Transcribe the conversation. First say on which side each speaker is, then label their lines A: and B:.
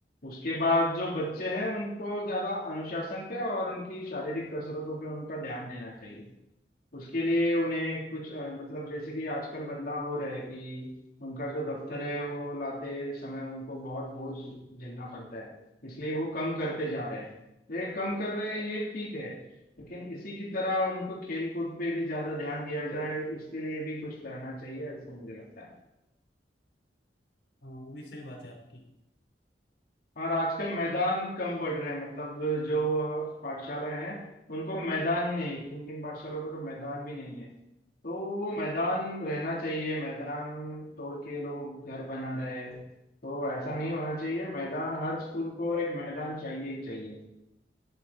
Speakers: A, on the left; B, on the left.
A: उसके बाद जो बच्चे हैं उनको ज्यादा अनुशासन पे और उनकी शारीरिक कसरतों पे उनका ध्यान देना चाहिए उसके लिए उन्हें कुछ अ, मतलब जैसे कि आजकल बदलाव हो रहा है कि उनका जो दफ्तर है वो लाते समय उनको बहुत बोझ झेलना पड़ता है इसलिए वो कम करते जा रहे हैं ये कम कर रहे हैं ये ठीक है लेकिन इसी की तरह उनको खेल कूद पे भी ज्यादा ध्यान दिया जाए इसके लिए भी कुछ करना चाहिए ऐसा मुझे लगता है
B: हाँ वो भी सही बात है आपकी
A: और आजकल मैदान कम पड़ रहे हैं मतलब जो पाठशालाएं हैं उनको मैदान ही नहीं किन किन पाठशालाओं को तो मैदान भी नहीं है तो वो मैदान रहना चाहिए मैदान तोड़ के लोग घर बना रहे हैं तो ऐसा नहीं होना चाहिए मैदान हर स्कूल को एक मैदान चाहिए ही चाहिए